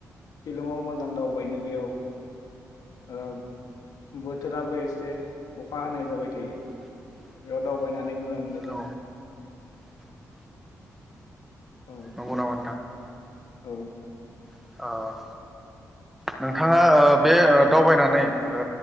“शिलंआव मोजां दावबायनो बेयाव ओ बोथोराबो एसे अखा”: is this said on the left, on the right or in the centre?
Left